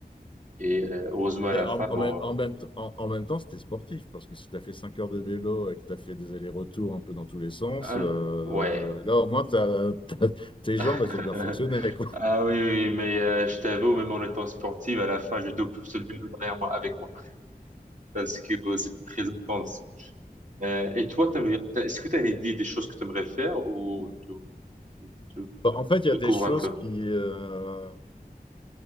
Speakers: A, on the right (about 50°); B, on the left (about 30°).
A: Et euh, heureusement, à
B: Mais
A: la
B: en,
A: fin,
B: en
A: bon,
B: même, en même t- en- en même temps, c'était sportif, parce que si tu as fait 5 heures de vélo et que tu as fait des allers-retours un peu dans tous les sens,
A: un-
B: euh,
A: ouais.
B: là, au moins, t'as- t'as- tes
A: <laughs>
B: jambes, elles ont bien fonctionné, quoi.
A: Ah oui, oui, oui, mais euh, je t'avoue, même en étant sportif, à la fin, je te pousse le vélo derrière moi, avec moi, <laughs> parce que euh, c'était très intense. Euh, et toi, t'aimerais- t'as- est-ce que tu as une idée des choses que tu aimerais faire ou tu, tu, tu-
B: Bon,
A: tu
B: En fait, il y a
A: découvres
B: des choses
A: un peu?
B: qui, euh,